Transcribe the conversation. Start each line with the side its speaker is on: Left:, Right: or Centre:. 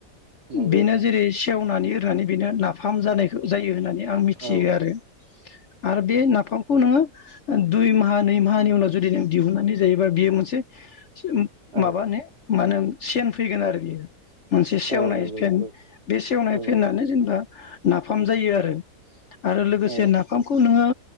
Right: नंगौ
Left: बेनो
Right: नोंथां
Left: जेरै सेवनानै एरनानै बेनो ना फाम जानायखौ जायो होननानै आं मिथियो
Right: औ
Left: आरो
Right: औ
Left: आरो बे नाफाम- खौ नोङो दुइ माहा नै माहानि उनाव जुदि नों दिहुननानै जायोबा बियो मोनसे सो
Right: औ
Left: माबा नो मानो सेन फैगोन आरो बियो मोनसे सेवनाय
Right: औ नंगौ
Left: फेन
Right: नंगौ
Left: बे सेवनाय
Right: औ
Left: फेेनआनो जेनेबा नाफाम नाफाम जायो आरो आरो लोगोसे
Right: औ
Left: नाफामखौ नोङो